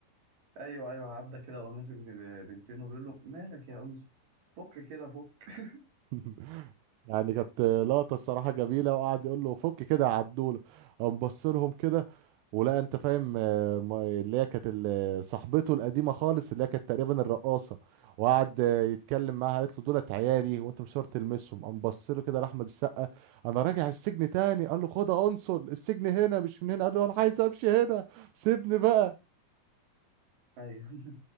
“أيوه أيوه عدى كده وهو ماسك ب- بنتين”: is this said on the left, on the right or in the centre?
Right